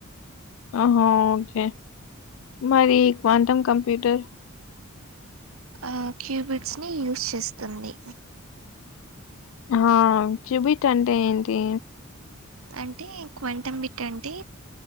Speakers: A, on the left; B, on the right.
A: ఆహ ఓకే మరి క్వాంటమ్ కంప్యూటర్
B: ఆ క్యూబిట్స్ ని యూస్ చేస్తుంది
A: ఆ క్యూబిట్ అంటే ఏంటి
B: అంటే క్వాంటం బిట్ అంటే